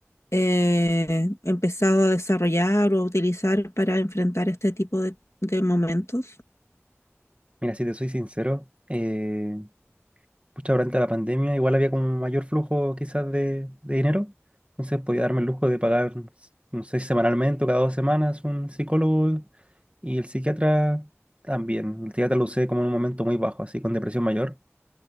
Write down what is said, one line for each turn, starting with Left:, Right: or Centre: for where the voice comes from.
Left: eh, empezado a desarrollar o a utilizar para enfrentar este tipo de, de momentos?
Right: mira, si te soy sincero, eh, pucha, durante la pandemia igual había como un mayor flujo quizás de, de dinero, entonces podía darme el lujo de pagar, no sé, semanalmente o cada dos semanas un psicólogo y el psiquiatra también. El psiquiatra lo usé como en un momento muy bajo, así con depresión mayor